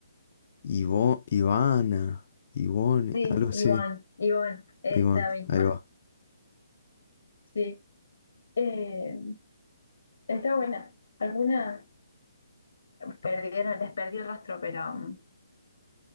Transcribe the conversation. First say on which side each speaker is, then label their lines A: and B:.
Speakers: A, on the left (about 45°); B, on the left (about 75°).
A: Ivo, Ivana, Ivone,
B: Sí,
A: algo así.
B: Ivonne, Ivonne, esa
A: Y bueno,
B: misma.
A: ahí va.
B: Sí. Eh, está buena. Alguna perdieron, les perdí el rastro, pero mm,